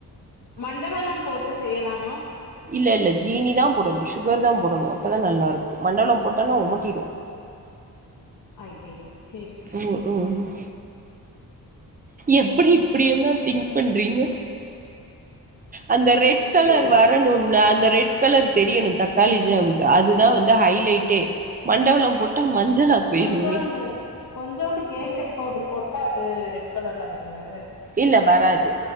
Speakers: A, on the left; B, on the right.
A: மண்டவெல்லம் போட்டு செய்யலாமா
B: இல்ல இல்ல ஜீனி தா போடணு சுகர் தா போடணு அப்பதா நல்லா இருக்கு மண்ட வெல்லம் போட்டன்னா ஒமட்டிடு
A: ஐய்யய்யோ சேரி சேரி
B: ம் ம் எப்டி இப்பிடியெல்லா திங்க் பண்றீங்க அந்த
A: ம்
B: ரெட் கலர்
A: சேரி
B: வரணும்ல அந்த ரெட் கலர் தெரியணு தக்காளி ஜமுக்கு அதுதா வந்து ஹைலைட்டே மண்டவெல்லம் போட்டா மஞ்சளா போயிருமே
A: கொஞ்சோண்டு கொஞ்சோண்டு கேசரி பவ்ட்ர் போட்டா அது ரெட் கலர்ல ஆய்டுங்க வேறெது
B: இல்ல வராது